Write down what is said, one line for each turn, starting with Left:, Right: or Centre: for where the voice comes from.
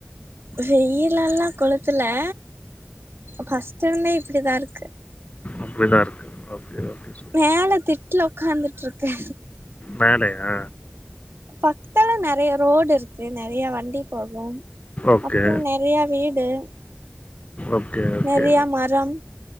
Right: வெயில் எல்லா கொளுத்தலா ஃபர்ஸ்ட் இருந்தே இப்டிதா இருக்கு
Left: அப்டிதா இருக்கு ஓகே சேரி ஓகே சொல்
Right: மேல திட்ல ஒக்காந்துட்டு இருக்கே
Left: மேலயா
Right: பக்கத்துல நெறையா ரோடு இருக்கு நெறையா வண்டி போகு
Left: ஓகே,
Right: அப்பறோ நெறையா வீடு
Left: ஓகே, ஓகே.
Right: நெறையா மரம்